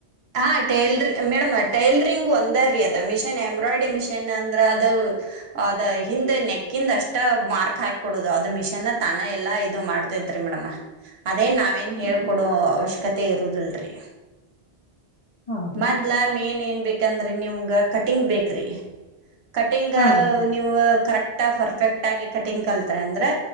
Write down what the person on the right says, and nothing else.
ಹಾ ಟೇಲರಿ ಮೇಡಮ್ ಟೇಲರಿಂಗ್ ಒಂದರಿ ಅದ ಮಿಷನ್ ಎಂಬ್ರಾಯ್ಡ್ರಿ ಮಿಷಿನ್ ಅಂದ್ರ ಅದು ಅದ ಹಿಂದ್ ನೆಕಿಂದ ಅಷ್ಟ ಮಾರ್ಕ್ ಹಾಕ ಕೊಡುದು ಅದ ಮಿಷನ್ ತಾನ ಎಲ್ಲಾ ಇದು ಮಾಡ್ತತೈತ್ರಿ ಮೇಡಮ್ ಅದೇ ನಾವ ವೇನ್ ಹೇಳ್
ಕೊಡೊ ಅವಶ್ಯ ಕತೆ ಇರುದುಲ್ರಿ
ಮೊದ್ಲ ಮೇನ್ ಏನ್ ಬೇಕಂದ್ರ ನಿಮಗ ಕಟಿಂಗ್ ಬೇಕ್ರಿ ಕಟಿಂಗ್
ನೀವು ಕರೆಕ್ಟ್ ಟ್ಟ ಫರ್ಫೆಕ್ಟ್ ಆಗಿ ಕಟಿಂಗ್ ಕಲ್ತರಂದ್ರ